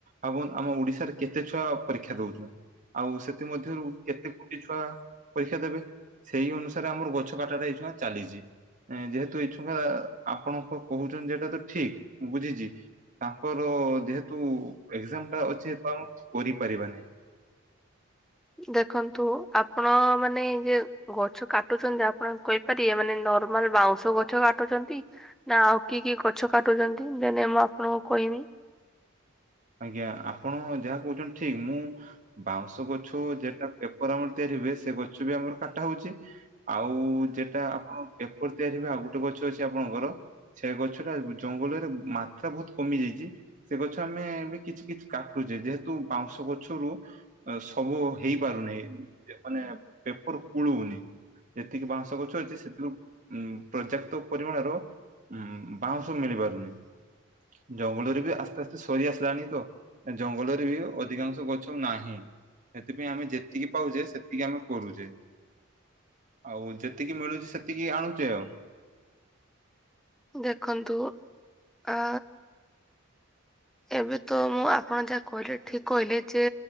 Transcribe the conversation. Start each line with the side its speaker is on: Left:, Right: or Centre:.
Right: ଆପନ୍ ଆମ ଓଡିଶାରେ କେତେ ଛୁଆ ପରୀକ୍ଷା ଦଉଚନ୍। ଆଉ ସେଥି ମଧ୍ୟରୁ କେତେ କୁଟି ଛୁଆ ପରୀକ୍ଷା ଦେବେ। ସେଇ ଅନୁସାରେ ଆମର ଗଛ କାଟା ଟା ଏଇକ୍ଷିଣା ଚାଲିଚି। ଏଁ, ଯେହେ ତ ଏଇ ଛୁହା ଆପଣଙ୍କ କହୁଚନ୍ତି ଯେଟା ତ ଠିକ ବୁଝିଚି। ତାଙ୍କର ଯେହେତୁ ଏକ୍ଜାମ୍ ଟା ଅଛି <unintelligible> କରିପାରିବା ନାହିଁ।
Centre: ଦେଖନ୍ତୁ ଆପଣ ମାନେ ଯେ ଗଛ କାଟୁଚନ୍ତି ଯେ ଆପଣ କଇ ପାରି ଏ ମାନେ ନର୍ମାଲ୍ ବାଉଁଶ ଗଛ କାଟୁଛନ୍ତି ନା ଆଉ କି କି ଗଛ କାଟୁଚନ୍ତି? ଦେନେ ମୁଁ ଆପଣଙ୍କୁ କହିମି।
Right: ଆଜ୍ଞା। ଆପଣ ଯାହା କହୁଛନ୍ତି ଠିକ୍, ମୁଁ ବାଉଁଶ ଗଛ ଯେଟା ପେପର୍ ଆମର ତିଆରି ହୁଏ, ସେ ଗଛ ବି ଆମର କାଟା ହଉଛି ଆଉ ଯେଟା ଆପଣ ପେପର୍ ତିଆରିି ହୁଏ ଆଉ ଗୋଟେ ଗଛ ଅଛି ଆପଣଙ୍କର ସେ ଗଛଟା ଜଙ୍ଗଲରେ ମାତ୍ରା ବହୁତ କମି ଯାଇଛି, ସେ ଗଛ ଆମେ ବି କିଛ କିଛ କାଟୁଛେ। ଯେହେତୁ ବାଉଁଶ ଗଛରୁ ଆ ସବୁ ହେଇପାରୁନାହିଁ। ଯେ ମାନେ ପେପର କୁଳୁନି ଯେତିକି ବାଉଁସ ଗଛ ଅଛି, ସେଥିରୁ ଉମ୍ ପର୍ଯ୍ୟାପ୍ତ ପରିମାଣର ଉମ୍ ବାଉଁଶ ମିଳି ପାରୁନି। ଜଙ୍ଗଲରେ ବି ଆସ୍ତେ ଆସ୍ତେ ସରି ଆସିଲାଣି ବୁଝୁଚ? ଜଙ୍ଗଲରେ ବି ଅଧିକାଂଶ ଗଛ ଆଉ ନାହିଁ। ସେଥିପାଇଁ ଆମେ ଯେତିକି ପାଉଛେ, ସେତିକି ଆମେ କରୁଛେ। ଆଉ ଯେତିକି ମିଳୁଛି, ସେତିକି ଆଣୁଛେ ଆଉ।
Centre: ଦେଖନ୍ତୁ, ଆ
Right: <unintelligible>
Centre: ଏବେ ତ, ମୁଁ ଆପଣ ଯାହା କହିଲେ ଠିକ କହିଲେ, ଯେ